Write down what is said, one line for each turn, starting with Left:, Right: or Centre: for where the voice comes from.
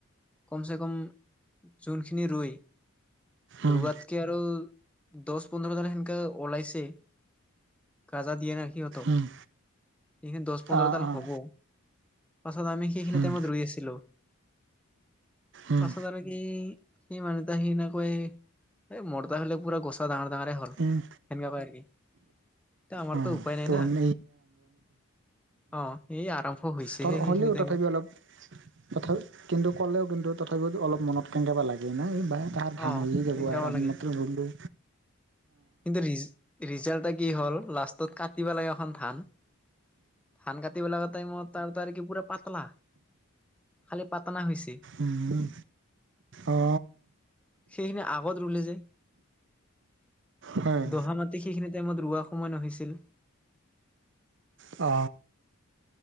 Centre: কম চে কম যোনখিনি ৰুই,
Right: উম
Centre: ৰোৱাত কে আৰু, দহ পোন্ধৰজনে সেনেকা ওলাইছে। গাজা দিয়ে না সিহঁতক,
Right: উম
Centre: এইখিনি দছ পোন্ধৰ
Right: অঁ
Centre: টান
Right: অঁ
Centre: হ'ব। পাছত আমি সেইখিনি
Right: উম
Centre: টাইমত ৰুই আছিলো।
Right: উম
Centre: পাছত আমি ই সি মানুহতা সিনা কৈ এই মৰতা হ'লে পুৰা গছা ডাঙৰ ডাঙৰে হ'ল। সেনেকা
Right: উম
Centre: কয় আৰ কি ত আমাৰতো
Right: অঁ
Centre: উপায় নাই না।
Right: <unintelligible> উম
Centre: অ এই আৰম্ভ হৈছেহে
Right: তৰ
Centre: সেইখিনি
Right: হ'লেও
Centre: টাইমত
Right: তথাপি অলপ তথাও কিন্তু ক'লেও কিন্তু তথাপিও অলপ মনত কেনকাবা লাগেই নাই বাই তাৰ ধান
Centre: অ
Right: হৈয়ে যাব
Centre: তেনেকাব
Right: আৰু আমি
Centre: লাগে
Right: মাত্ৰ ৰুলোঁ।
Centre: কিন্তু ৰিজ ৰিজাল্টতা কি হ'ল লাষ্টত কাটিব লাগে এখন ধান ধান কাট- কাটিব লগা টাইমত তাৰ তাৰিকে পুৰা পাতলা খালি পাতনা হৈছি।
Right: উম অ।
Centre: সেইখিনি আগত ৰুলে যে।
Right: হয়
Centre: দহা মাটি সেইখিনি টাইমত ৰোৱা সময় নহৈছিল।
Right: অ।